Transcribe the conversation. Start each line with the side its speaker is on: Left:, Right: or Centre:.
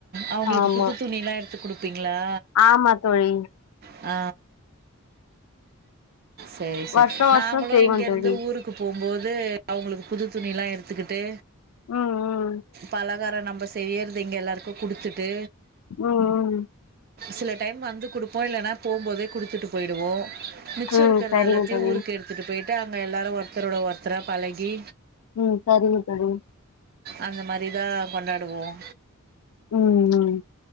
Right: அவங்களுக்கு
Left: ஆமா
Right: புது துணி எல்லாம் எடுத்து கொடுப்பீங்களா
Left: ஆமா தோழி
Right: ஆ சரி சரி
Left: வருஷோ வருஷோ
Right: நாங்களும்
Left: செய்வோ
Right: இங்கேருந்து
Left: தோழி
Right: ஊருக்கு போம்போது அவங்களுக்கு புது துணில்லாம் எடுத்துக்கிட்டு
Left: ம் ம்
Right: பலகாரம் நம்ப செய்றது இங்கே எல்லாருக்கும் குடுத்துட்டு
Left: ம் ம்
Right: சில டைம் வந்து குடுப்போம் இல்லன்னா போகும்போதே குடுத்துட்டு போயிடுவோம் மிச்சம்
Left: ம்
Right: இருக்கிற
Left: சரிங்க
Right: எல்லாத்தையும்
Left: தோழி
Right: ஊருக்கு எடுத்துட்டு போயிட்டு அங்க எல்லாரும் ஒருத்தரோட ஒருத்தரா பழகி
Left: ம் சரிங்க தோழி
Right: அந்த மாறி தான் கொண்டாடுவோம்
Left: ம் ம்